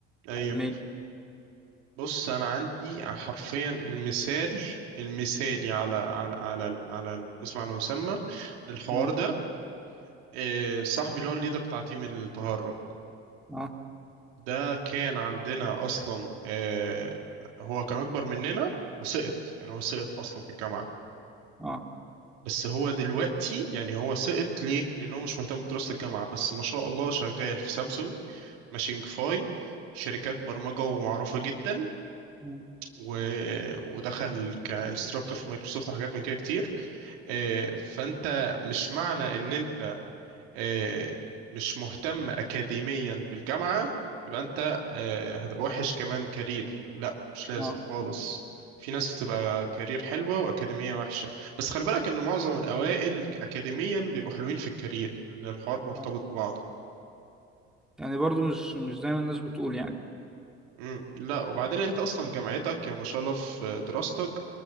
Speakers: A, on the right; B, in the centre.
A: أيوه
B: علميا
A: بص انا عندي حرفيا المثال المثالي على على على على اسم على مسمى للحوار
B: مم.
A: ده آه، صاحبي اللي هو الليدر بتاع تيم التهرج
B: اه
A: ده كان عندنا اصلا آه، هو كان اكبر مننا وسقط يعني هو سقط اصلا في الجامعة
B: اه
A: بس هو دلوقتي يعني هو سقط ليه لانه مش مهتم بدراسة الجامعة بس ما شاء الله شغال في سامسونج ماشينج فاي شركات برمجة ومعروفة جدا
B: مم.
A: و... ودخل كانستراكتور في مايكروسوفت وحاجات من كده كتير آه، فانت مش معنى ان انت آه، مش مهتم اكاديميا بالجامعه يبقى انت آه، هتبقى وحش كمان كارير لا مش لازم
B: اه
A: خالص في ناس بتبقى كارير حلوه واكاديميه وحشه بس خلي بالك ان معظم الاوائل اكاديميا بيبقوا حلوين في الكارير لان الحوار مرتبط
B: اه
A: ببعضه
B: يعني برضو مش مش دايما الناس بتقول يعني
A: مم، لا وبعدين انت اصلا جامعتك يا ما شاء الله في دراستك